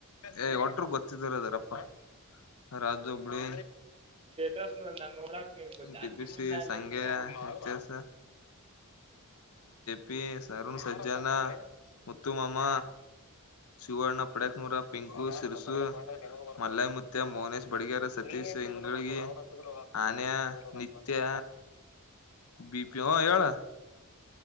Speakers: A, on the left; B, on the right.
A: <inaudible> ಏ ಒಟರು ಗೊತ್ತಿದಾರ ಅದಾರಪ್ಪ ಪಾಯ ರಾಜು ಹುಬಳಿ
B: ಸ್ಟೇಟಸ್ ನಾನ್ ನೋಡಾಕ್ ಇವ್ ಜಾಸ್ತಿ
A: ಟ ಪ ಸಿ
B: ಮಂದಿ ಆಗ್ಲತ್ತನೆ
A: ಸಂಗ್ಯಾ ಎಚ್ಚ ಎಸ್ ಪಿ ಅರುಣ್ ಸಜ್ಜನಾ ಮುತ್ತುುಮಮ್ಮ ಸುವರ್ಣ ಪಡಕ್ ಮೂೂರ ಪಿಂಕು ಸಿರಿಸು ಮಲ್ಲಯೈ ಮುತ್ಯಾ ಮೋನೇಶ್ ಬಡಿಗೇರ್ ಸತೀಶ್ ಇಂಗಳಗಿ ಅನ್ಯ ನಿತ್ಯ ಬಿ ಪಿ ಹೂ ಹೇಳ